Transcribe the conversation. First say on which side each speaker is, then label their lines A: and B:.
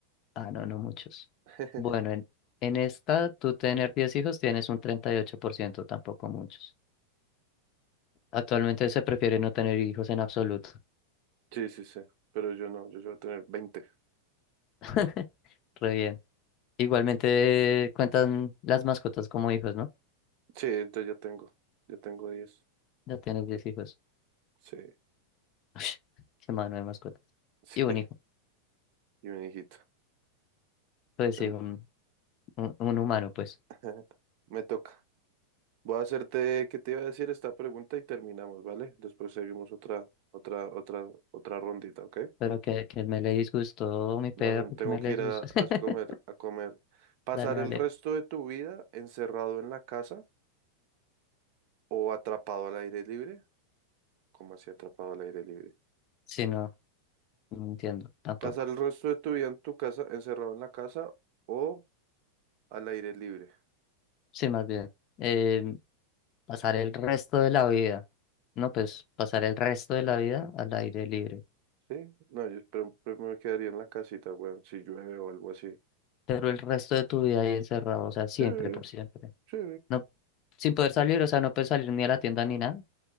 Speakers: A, on the left (about 35°); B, on the right (about 45°).
A: Ah, no, no muchos.
B: <laughs>
A: Bueno, en, en esta, tú tener 10 hijos tienes un 38% tampoco muchos. Actualmente se prefiere no tener hijos en absoluto.
B: Sí, sí, sí, pero yo no, yo voy a tener veinte
A: <laughs> Re bien. Igualmente cuentan las mascotas como hijos, ¿no?
B: Sí, entonces ya tengo, ya tengo diez
A: Ya tienes 10 hijos.
B: Sí,
A: <laughs> Qué mano de mascotas.
B: sí,
A: Y un
B: <laughs>
A: hijo.
B: y un hijito.
A: Pues
B: El-
A: sí, un, un, un humano, pues.
B: <laughs> Me toca. Voy a hacerte, ¿qué te iba a decir esta pregunta y terminamos, ¿vale? Después seguimos otra, otra, otra, otra rondita, ¿ok?
A: Pero que, que me le disgustó mi perro,
B: No, no, tengo
A: que me
B: que
A: le
B: ir
A: disgustó.
B: a,
A: <laughs>
B: a comer, a comer. ¿Pasar
A: Dale, dale.
B: el resto de tu vida encerrado en la casa o atrapado al aire libre? ¿Cómo así atrapado al aire libre?
A: Sí, no, no entiendo tampoco.
B: ¿Pasar el resto de tu vida en tu casa, encerrado en la casa o al aire libre?
A: Sí, más bien, eh, pasar el resto de la vida, no, pues pasar el resto de la vida al aire libre,
B: ¿Sí? No, yo espero- pues me quedaría en la casita, weón, si llueve o algo así.
A: pero el resto de tu vida ahí encerrado, o sea, siempre,
B: Sí,
A: por siempre.
B: sí.
A: No, sin poder salir, o sea, no puedes salir ni a la tienda ni nada.